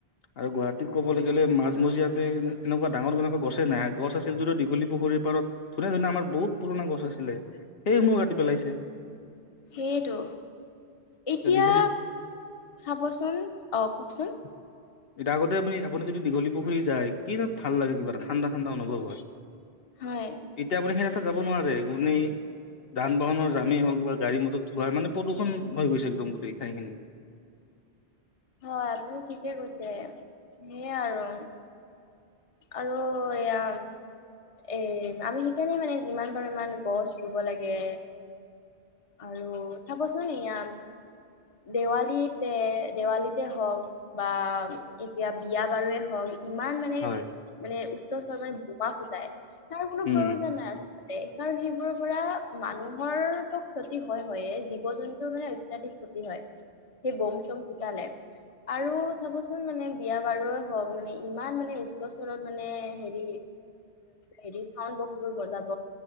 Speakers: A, on the left; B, on the left.
A: আৰু গুৱাহাটীত ক'বলৈ গ'লে, মাজ মজিয়াতে এনেকুৱা ডাঙৰ কেনেকুৱা গছে নাই, গছ আছিল যদিও দীঘলীপুখুৰীৰ পাৰত ধুনীয়া ধুনীয়া আমাৰ বহুত বহুত পুৰণ গছ আছিলে। সেইসমূহ কাটি পেলাইছে।
B: সেইটো। এতিয়া
A: দীঘলী
B: চাবচোন অওক কওকচোন।
A: এতিয়া আগতে আপুনি আপুনি যদি দীঘলী পুখুৰী যায়, কি তাত ভাল লাগে কিবা এটা ঠাণ্ডা ঠাণ্ডা অনুভৱ হয়।
B: হয়
A: এতিয়া আপুনি সেই ৰাস্তাত যাব নোৱাৰে। আপুনি যান বাহনৰ জামেই হওক বা গাড়ী মটৰ থোৱাই মানে প্ৰদূষণ হৈ গৈছে একদম গোটেই ঠাইখিনি।
B: হয় আপুনি ঠিকে কৈছে। সেইয়ে আৰু আৰু এয়া এ আমি সেইকাৰণে মানে যিমান পাৰোঁ ইমান গছ ৰুব লাগে। আৰু চাবচোন এয়া দেৱালীতে দেৱালীতে হওক বা এতিয়া বিয়া বাৰুে হওক, ইমান মানে
A: হয়।
B: মানে উচ্চ চৰৰ মানে বোমা ফুটাই, তাৰ কোনো
A: উম,
B: প্ৰয়োজন নাই আ- সেইকাৰণ সেইবোৰৰ পৰা মানুহৰ ক্ষতি হয় হয়ে, জীৱ জন্তুৰ মানে অত্যাধিক ক্ষতি হয়। সেই বম চম ফোতালে। আৰু চাবচোন মানে বিয়া বাৰুৱে হওক মানে ইমান মানে উচ- চৰত মানে হেৰি হে চাউড ফুলবোৰ বজাব